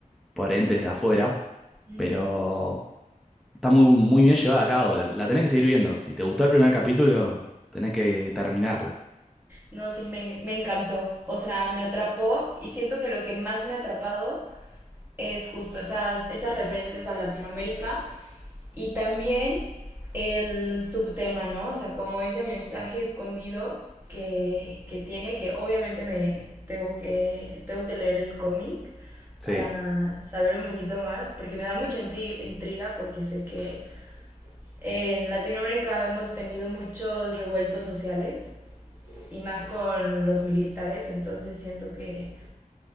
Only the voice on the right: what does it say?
Ujú.
No, sí, me, me encantó. O sea, me atrapó y siento que lo que más me ha atrapado es justo esas, esas referencias a Latinoamérica y también el subtema, ¿no? O sea, como ese mensaje escondido que, que tiene, que obviamente me tengo que, tengo que leer el cómic para
saber un poquito más, porque me da mucha intri- intriga, porque sé que en Latinoamérica hemos tenido muchos revueltos sociales y más con los militares, entonces siento que,